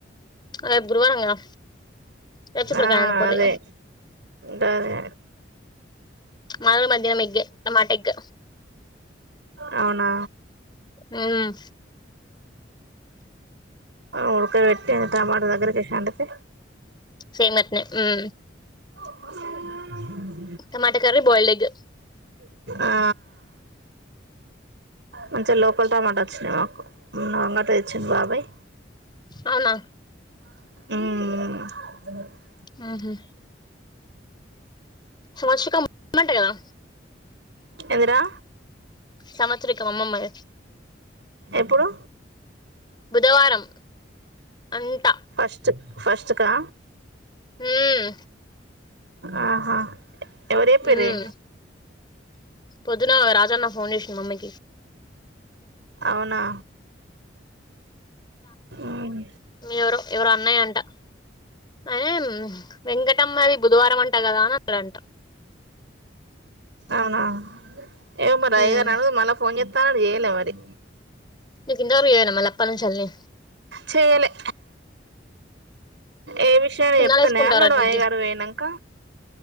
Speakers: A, on the left; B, on the right.
A: రేపు గురువారం కదా రేపు చిక్కడకాయ
B: ఆ
A: అనుకోండి
B: అదే గదే
A: మాది మధ్యాహ్నం ఎగ్ ఏ నమ్మాట ఎగ్
B: అవున
A: మ్మ్
B: ఉరికే బట్టినామ్ <unintelligible> మా దగ్గరకి వండితే
A: సంగట్నే మ్మ్
B: మాసాలలు ఉన్నాయి <inaudible>
A: టమాటా కర్రీ బాయిల్డ్ ఎగ్
B: ఆ మంచిగా లోకల్ టమాటా వచ్చినాయి మాకు అంగట్ల తెచ్చిండు బాబాయ్
A: అవునా
B: మ్మ్
A: హ్మ్ హు సంవత్సరికం ఉందంట కదా
B: ఏందిరా
A: సంవత్సరికం అమ్మమ్మది
B: ఎప్పుడు
A: బుధవారం అంట
B: ఫస్ట్ ఫస్ట్ కా
A: మ్మ్
B: ఆహా ఎవరు చెప్పిర్రే
A: మ్మ్ పొద్దున రాజన్న ఫోన్ చేసిండు మమ్మికి
B: అవునా ఉమ్
A: ఎవరో ఎవరో అన్నయంట అయినమ్ వెంకటమ్మ ది బుధవారం అ అంట గదా ని అట్ల అంట
B: అవునా ఏమె మరి
A: మ్మ్.
B: అయ్యగార్ని అడగు మళ్ళా ఫోన్ చేత్త అన్నడు చేయలే మరి
A: నీకు ఇందాకు చెయ్యాలె మళ్ళ అప్ప నుంచలి
B: చేయ్యలే ఏ విషయాన్ని
A: సున్నాలు
B: చెప్తానే
A: వేసుకుంటారు
B: అన్నడు
A: అన్నింటికి
B: అయ్యగారు పోయిన్నక